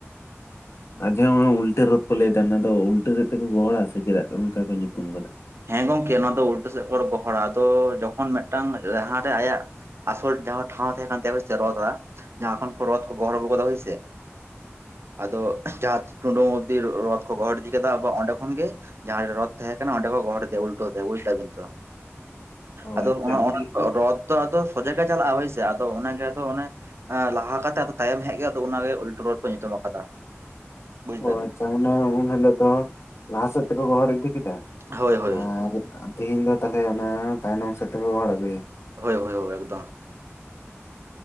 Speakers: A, on the left; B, on the right.
A: ᱟ ᱡᱟᱦᱟᱸ ᱚᱱᱟ ᱩᱞᱴᱟᱹ ᱨᱚᱛ ᱠᱚ ᱞᱟᱹᱭᱫᱟ ᱚᱱᱟ ᱫᱚ ᱩᱞᱴᱟᱹ ᱨᱮᱫ ᱛᱮᱠᱚ ᱜᱚᱦᱚᱲᱟ ᱥᱮ ᱪᱮᱫᱟᱜ ᱚᱱᱠᱟ ᱠᱚ ᱧᱩᱛᱩᱢ ᱠᱟᱫᱟ?
B: ᱦᱮᱸ ᱜᱚᱝᱠᱮ ᱱᱚᱣᱟ ᱫᱚ ᱩᱞᱴᱟᱹ ᱥᱮᱫ ᱠᱚ ᱜᱚᱦᱚᱲᱟ ᱟᱫᱚ ᱡᱚᱠᱷᱚᱱ ᱢᱤᱫᱴᱟᱝ ᱡᱟᱦᱟᱸᱨᱮ ᱟᱭᱟᱜ ᱟᱥᱚᱞ ᱡᱟᱦᱟᱸ ᱴᱷᱟᱶ ᱛᱟᱦᱮᱸ ᱠᱟᱱ ᱛᱟᱭᱟ ᱦᱚᱭᱥᱮ ᱨᱚᱛ ᱟᱜ ᱡᱟᱦᱟᱸ ᱠᱷᱚᱱ ᱠᱚ ᱨᱚᱛ ᱠᱚ ᱜᱚᱦᱚᱲ ᱟᱜᱩ ᱠᱟᱫᱟ ᱦᱳᱭ ᱥᱮ ᱟᱫᱚ ᱡᱟᱦᱟᱸ ᱴᱩᱸᱰᱩᱝ ᱚᱫᱤ ᱨᱚᱛ ᱠᱚ ᱜᱚᱦᱚᱲ ᱤᱫᱤ ᱠᱮᱫᱟ ᱟᱵ ᱚᱸᱰᱮ ᱠᱷᱚᱱᱜ ᱜᱮ, ᱡᱟᱦᱟᱸ ᱨᱮ ᱨᱚᱛ ᱛᱟᱦᱮᱸ ᱠᱟᱱᱟ ᱚᱸᱰᱮ ᱠᱚ ᱜᱚᱦᱚᱲ ᱤᱫᱤᱭᱟ ᱩᱞᱴᱟᱹ ᱛᱮ ᱵᱩᱡ ᱫᱟᱵᱤᱱ ᱵᱤᱱ ᱛᱚ,
A: ᱚ
B: ᱟᱫᱚ
A: ᱟᱪᱪᱷᱟ
B: ᱚᱱᱟ ᱚᱱᱟ
A: ᱩᱱ
B: ᱨᱚᱛ ᱡᱚ ᱟᱫᱚ ᱥᱚᱡᱮᱜᱮ ᱪᱟᱞᱟᱜᱼᱟ ᱦᱳᱭᱥᱮ ᱟᱫᱚ ᱚᱱᱟ ᱜᱮᱛᱚ ᱚᱱᱮ ᱮᱸ ᱞᱟᱦᱟ ᱠᱟᱛᱮᱜ ᱟᱫᱚ ᱛᱟᱭᱚᱢ ᱦᱮᱡ ᱜᱮ ᱟᱫᱚ ᱚᱱᱟ ᱨᱮ ᱩᱞᱴᱟᱹ ᱨᱚᱰ ᱠᱚ ᱧᱩᱛᱩᱢ ᱟᱠᱟᱫᱟ᱾ ᱵᱩᱡ
A: ᱚ
B: ᱫᱟᱵᱤᱱ
A: ᱟᱪᱷᱟ ᱢᱟᱱᱮ ᱩᱱ ᱦᱤᱞᱳᱜ ᱫᱚ ᱞᱟᱦᱟ ᱥᱮᱫ ᱛᱮᱠᱚ ᱜᱚᱦᱚᱲ ᱤᱫᱤ ᱠᱮᱫᱟ
B: ᱦᱳᱭ ᱦᱳᱭ
A: ᱟᱨ ᱛᱤᱦᱤᱧ ᱫᱚ ᱛᱟᱦᱞᱮ ᱚᱱᱟ ᱛᱟᱭᱱᱚᱢ ᱥᱮᱫ ᱛᱮᱠᱚ ᱜᱚᱦᱚᱲ ᱟᱹᱜᱩᱭᱟ᱾
B: ᱦᱳᱭ ᱦᱳᱭ ᱦᱳᱭ ᱮᱠᱫᱚᱢ